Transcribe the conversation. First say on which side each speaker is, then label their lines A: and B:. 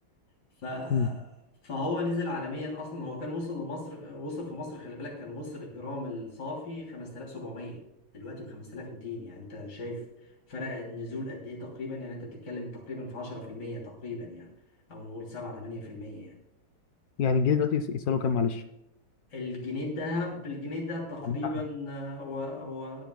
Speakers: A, on the left; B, on the left.
A: ف
B: مم.
A: فهو نزل عالميا اصلا هو كان وصل لمصر وصل في مصر خلي بالك كان وصل الجرام الصافي 5700 دلوقتي ب 5200 يعني انت شايف فرق النزول قد ايه تقريبا يعني انت بتتكلم تقريبا في 10% تقريبا يعني او نقول 7 8% يعني
B: يعني الجنيه دلوقتي يس- يسألوا كام معلش
A: الجنيه الذهب الجنيه الذهب تقريبا
B: عندنا احنا
A: آه، هو هو